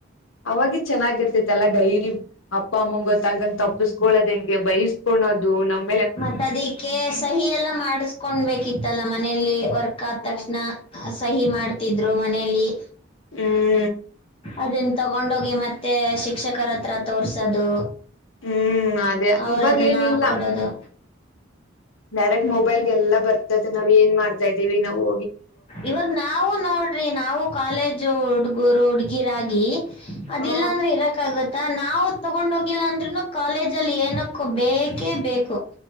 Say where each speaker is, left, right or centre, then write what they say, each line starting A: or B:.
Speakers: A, on the left; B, on the left.
A: ಅವಾಗ ಚೆನ್ನಾಗಿರ್ತಿತ್ತಲ್ಲ ಡೈರಿ ಅಪ್ಪ ಅಮ್ಮಂಗ ಗೊತ್ತಾಗದಂಗ ತಪ್ಪಸ್ಕೊಳದ ಹೆಂಗ. ಬಯಸ್ಕೊಳ್ಳೋದು ನಮ್ಮ.
B: ಮತ್ತ ಅದಿಕ್ಕೆ ಸಹಿ ಎಲ್ಲ ಮಾಡಿಸಕೊೊಂಡ್ಬೇಕಿತ್ತಲ್ಲ ಮನೆಯಲ್ಲಿ ವರ್ಕ್ ಆದ
A: ಹ್ಮ್
B: ತಕ್ಷಣ. ಸಹಿ ಮಾಡ್ತಿದ್ರು ಮನೇೆಯಲ್ಲಿ.
A: ಹ್ಮ್.
B: ಅದನ್ ತಗೊಂಡೋಗಿ ಮತ್ತೆ ಶಿಕ್ಷಕರ ಹತ್ರ ತೋರ್ಸೋದು.
A: ಹ್ಮ್ ಅದೇ
B: ಅವ್ರ
A: ಇವಾಗ
B: ಅದನ್ನ
A: ಏನಿಲ್ಲ
B: ಹಾಕ್ ಕೊಡೋದು.
A: ಡೈರೆಕ್ಟ್ ಮೊಬೈಲ್ಗೆಲ್ಲ ಬರ್ತೈತೆ ನಾವ್ ಏನ್ ಮಾಡ್ತಾ ಇದ್ದೀವಿ ನಾವು.
B: ಇವಾಗ ನಾವು ನೋಡ್. ರಿ ನಾವು ಕಾಲೇಜ್ ಹುಡುಗರು ಹುಡ್ಗಿರಗಿ ಅದಲ್ಲಾ
A: ಹಾ
B: ಅಂದ್ರೆ ಇರಕ್ ಆಗತ್ತ. ನಾವು ತಗೊಂಡ ಹೋಗಿಲ್ಲ ಅಂದ್ರುನು ಕಾಲೇಜ ಅಲ್ಲಿ ಏನಕ್ಕ ಬೇಕೇ ಬೇಕು.